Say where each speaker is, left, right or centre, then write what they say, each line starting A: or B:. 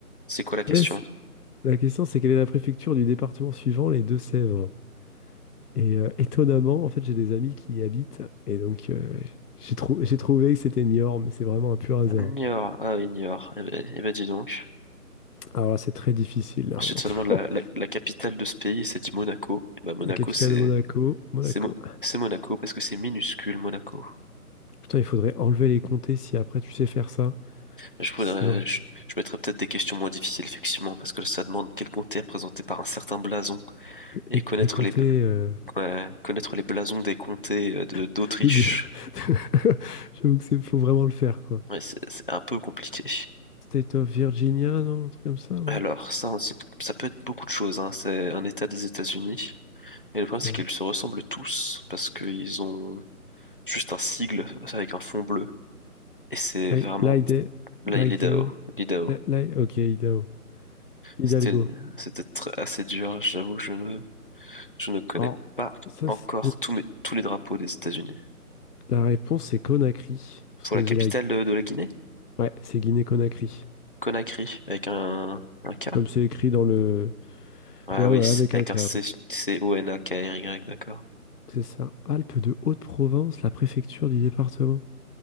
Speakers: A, on the left; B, on the left.
A: C'est quoi la question?
B: Ouais, c'est- la question, c'est quelle est la préfecture du département suivant, les Deux-Sèvres? Et euh, étonnamment, en fait, j'ai des amis qui y habitent, et donc euh, j'ai trou- j'ai trouvé que c'était Niort, mais c'est vraiment un pur hasard.
A: Niort. Ah oui, Niort. Eh ben, eh ben, dis donc.
B: Alors là, c'est très difficile, hein.
A: Ensuite, ça demande la,
B: <laughs>
A: la, la capitale de ce pays, et ça dit Monaco. Eh ben, Monaco,
B: La capitale
A: c'est
B: de Monaco, Monaco.
A: c'est Mo- c'est Monaco parce que c'est minuscule, Monaco.
B: Putain, il faudrait enlever les comtés si après tu sais faire ça,
A: Je,
B: parce que
A: voudrais-
B: c'est vrai,
A: je, je mettrais peut-être des questions moins difficiles, effectivement, parce que ça demande quel comté est représenté par un certain blason et
B: les,
A: connaître
B: les comtés...
A: les, bl-
B: euh,
A: ouais, connaître les blasons des comtés euh, de d'Autriche.
B: <laughs> des- des- <laughs> J'avoue que c'est faut vraiment le faire, quoi.
A: Ouais, c'est c'est un peu compliqué.
B: State of Virginia, non? Un truc comme ça, non?
A: Alors, ça, on sait- ça peut être beaucoup de choses, hein. C'est un État des États-Unis. Et le problème, c'est
B: Euh,
A: qu'ils se ressemblent tous parce qu'ils ont juste un sigle avec un fond bleu. Et c'est
B: Li-
A: vraiment
B: Lide- Lideo.
A: là, il est l'IDAO, l'IDAO.
B: Li- Li- ok, Idaho. Hidalgo.
A: C'était, c'était tr- assez dur. J'avoue, je ne, je ne connais
B: Alors,
A: pas
B: ça,
A: encore
B: c'est-
A: tous mes, tous les drapeaux des États-Unis.
B: la réponse, c'est Conakry. Parce
A: Pour
B: qu'on
A: la capitale
B: dit là.
A: de, de la Guinée,
B: Ouais, c'est Guinée-Conakry.
A: Conakry, avec un, un K.
B: Comme c'est écrit dans le.
A: Ah
B: Ouais,
A: oui,
B: ouais,
A: c-
B: avec
A: avec
B: un K,
A: un C,
B: ouais.
A: C-O-N-A-K-R-Y, d'accord.
B: C'est ça. Alpes de Haute-Provence, la préfecture du département.